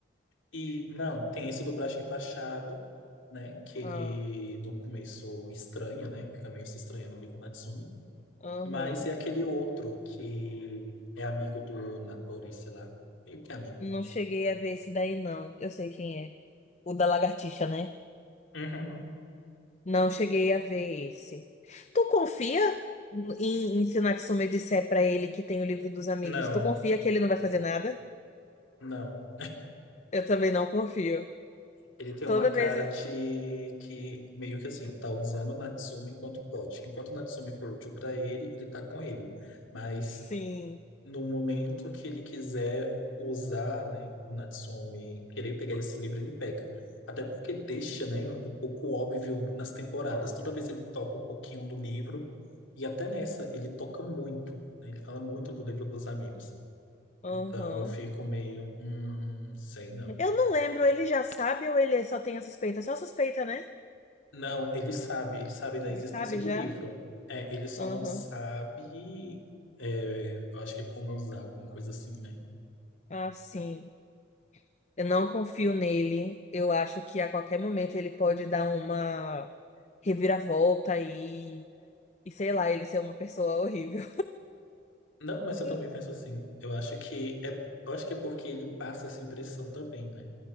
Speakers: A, on the left; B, on the left.
A: E não, tem esse do braço enfaixado, né? Que ele
B: Ah,
A: no começo estranha, né? Fica meio se estranhando ali com o Natsumi.
B: aham.
A: Mas é aquele outro que é amigo do Natori, sei lá. Meio que amigo,
B: Não
A: né?
B: cheguei a ver esse daí, não. Eu sei quem é. O da lagartixa, né?
A: Uhum.
B: Não cheguei a ver esse. Tu confia em, em Tsunatsumi disser pra ele que tem o livro dos amigos?
A: Não,
B: Tu confia que ele não vai fazer nada?
A: não.
B: Eu também não confio.
A: Ele tem
B: Toda
A: uma cara
B: vez. eu-
A: de que meio que assim, tá usando o Natsumi enquanto pode. Enquanto o Natsumi for útil pra ele, ele tá com ele. Mas
B: Sim.
A: no momento que ele quiser usar, né, o Natsumi, querer pegar esse livro, ele pega. Até porque deixa, né, um pouco óbvio nas temporadas. Toda vez ele toca um pouquinho no livro e até nessa ele toca muito, né? Ele fala muito do livro dos amigos.
B: Aham.
A: Então eu fico meio, hum, sei não.
B: Eu não lembro, ele já sabe ou ele só tem a suspeita? Só suspeita, né?
A: Não, ele sabe, ele sabe da
B: Ele
A: existência
B: sabe
A: do
B: já?
A: livro. É, ele só
B: Aham.
A: não sabe, é, eu acho que como usar alguma coisa assim, né?
B: Ah, sim. Eu não confio nele. Eu acho que a qualquer momento ele pode dar uma reviravolta e, e sei lá, ele ser uma pessoa horrível.
A: Não, mas eu
B: <laughs>
A: também penso assim. Eu acho que é, eu acho que é porque ele passa essa impressão também, né?